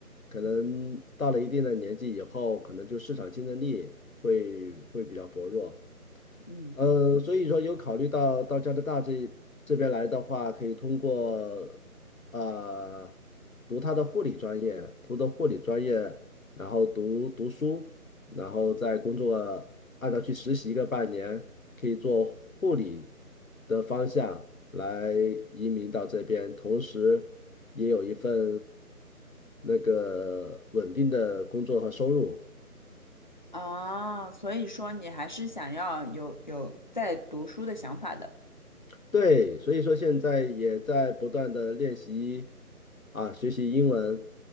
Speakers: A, on the left; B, on the left.
A: 可能到了一定的年纪以后，
B: 嗯
A: 可能就市场竞争力会会比较薄弱。
B: 嗯
A: 嗯，所以说有考虑到到加拿大这这边来的话，可以通过呃读他的护理专业，读的护理专业，然后读读书，然后再工作，按照去实习个半年，可以做护理的方向来移民到这边，同时也有一份那个稳定的工作和收入。
B: 啊，所以说你还是想要有有在读书的想法的。
A: 对，所以说现在也在不断的练习啊，学习英文。